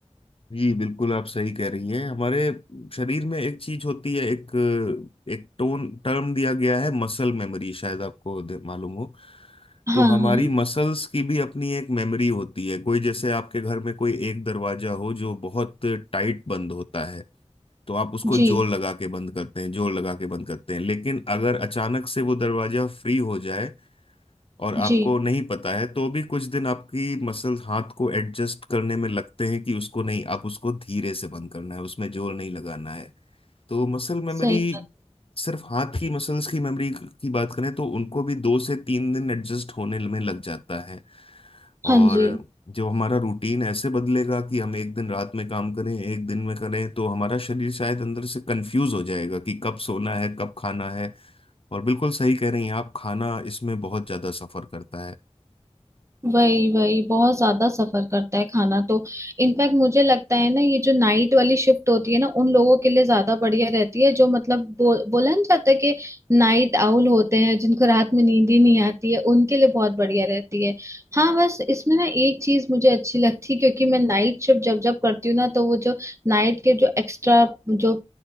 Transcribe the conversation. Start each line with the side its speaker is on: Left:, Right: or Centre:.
Left: जी बिल्कुल आप सही कह रही हैं हमारे शरीर में एक चीज होती है एक एक टोन टर्म दिया गया है मसल मेमोरी शायद आपको दे- मालूम हो
Right: हाँ
Left: तो हमारी
Right: हाँ
Left: मसल्स की भी अपनी एक मेमोरी होती है कोई जैसे आपके घर में कोई एक दरवाजा हो जो बहुत टाइट बंद होता है तो आप उसको
Right: जी
Left: जोर लगा के बंद करते हैं जोर लगा के बंद करते हैं लेकिन अगर अचानक से वो दरवाजा फ्री हो जाए और आपको
Right: जी
Left: नहीं पता है तो भी कुछ दिन आपकी मसल हाथ को एडजस्ट करने में लगते हैं कि उसको नहीं आप उसको धीरे से बंद करना है उसमें जोर नहीं लगाना है तो मसल मेमोरी
Right: सही बात
Left: सिर्फ हाथ की मसल्स की मेमोरी की बात करें तो उनको भी दो से तीन दिन एडजस्ट होने में लग जाता है
Right: हाँ
Left: और
Right: जी
Left: जो हमारा रूटीन ऐसे बदलेगा कि हम एक दिन रात में काम करें एक दिन में करें तो हमारा शरीर शायद अंदर से कंफ्यूज हो जाएगा कि कब सोना है कब खाना है और बिल्कुल सही कह रही हैं आप खाना इसमें बहुत ज्यादा सफर करता है
Right: वही वही बहुत ज्यादा सफर करता है खाना तो इनफैक्ट मुझे लगता है ना ये जो नाइट वाली शिफ्ट होती है ना उन लोगों के लिए ज्यादा बढ़िया रहती है जो मतलब बो, बोला नहीं जाता है कि नाइट आउल होते हैं जिनको रात में नींद ही नहीं आती है उनके लिए बहुत बढ़िया रहती है हाँ बस इसमें ना एक चीज मुझे अच्छी लगती है क्योंकि मैं नाइट शिफ्ट जब जब करती हूँ ना तो वो जो नाइट के जो एक्स्ट्रा जो